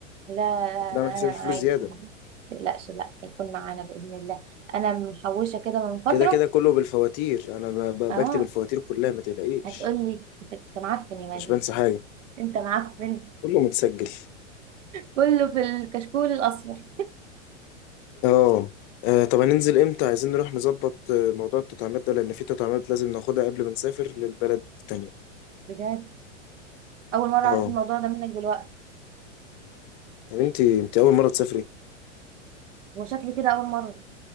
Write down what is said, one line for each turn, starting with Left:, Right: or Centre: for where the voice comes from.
Right: لا لا
Left: كده
Right: لا
Left: اعمل حسابي
Right: انا معاك
Left: في فلوس زياده
Right: متقلقش لا هيكون معانا باذن الله انا محوشه كده من فتره
Left: كده كده كله بالفواتير انا ب- ب-
Right: اه
Left: بكتب الفواتير كلها ما تقلقيش
Right: هتقول لي انت أنت معفن يا مازن
Left: مش بنسى حاجه
Right: انت معفن
Left: كله متسجل
Right: كله في الكشكول الاصفر
Left: اه آه، طب هننزل امتى عايزين نروح نظبط آه، موضوع التطعيمات ده لان في تطعيمات لازم ناخدها قبل ما نسافر للبلد التانية
Right: بجد اول مره
Left: اه
Right: اعرف الموضوع ده منك دلوقتي
Left: طب انت انت اول مرة تسافري
Right: هو شكلي كده اول مره